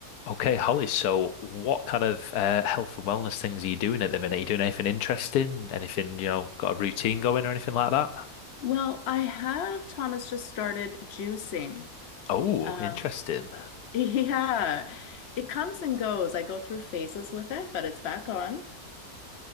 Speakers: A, on the left; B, on the left.
A: Okay, Holly, so what kind of uh, health and wellness things are you doing at the minute? Are you doing anything interesting? Anything, you know, got a routine going or anything like that?
B: Well, I have Thomas just started juicing.
A: Oh,
B: Um,
A: interesting.
B: <laughs> yeah, it comes and goes. I go through phases with it, but it's back on.